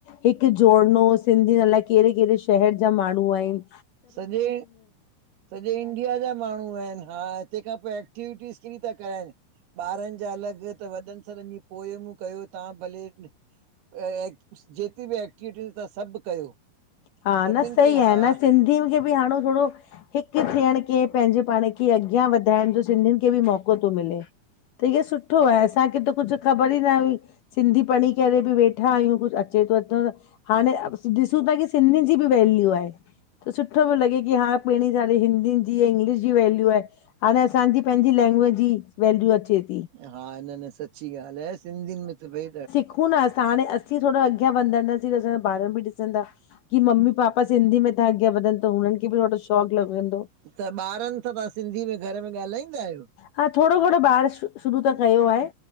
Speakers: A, on the left; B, on the right.
A: हिक जोरनो सिंधियन अलाए केहड़े -केहड़े शहर जा माण्डू आहिन
B: सॾे सॾे इंडिया जा माण्डूं सुठो वयुन। हा हा तंहिंखां <unintelligible> था कराइन। ॿारन जा अलॻ त वॾन सॾनि जी पोयमूं कयो तव्हां भले एं जेतरी बी एक्टिविटी तव्हां सभ कयो।
A: हा
B: सभिनि
A: न सही
B: खे
A: आहे
B: हा
A: न सिंधियुन खे बी हाणें थोडो हिक थियंण के पंहिंजे पाण खे अॻियां वधाइण जो सिंधिन खे बी मौको तो मिले। त इहो सुठो आहे असांखे त कुछ ख़बर ई न हुई। सिंधी पढ़ी करे बी वेठा आहयूं। कुछ अचे त अथव। त हाणें ॾिसूं था की सिंध जी बी वेल्यू आहे। सुठोे पयो लॻे की हा पहिरीं सारीे हिंदिन जी इंग्लिश जी वैल्यू आहे। हाणें असांजी पेंहजी लैंग्वेज जी वैल्यू अचे ती
B: हा न न सच्ची ॻाल्ह आहे सिंधिनि में त भई
A: सिखु न असां हाणे असीं थोडो अॻयां वधंदासीं त असांजा ॿार बी ॾिसंदा की मम्मी पापा सिंधी में था अॻयां वधन त हुनन खे बी थोडो शा लॻयो हुंदो।
B: त ॿारनि सां तव्हां सिंधी में घर में ॻाल्हाईंदा आहियो
A: हा थोडो घंणो ॿाहर शुरू त कयो आहे।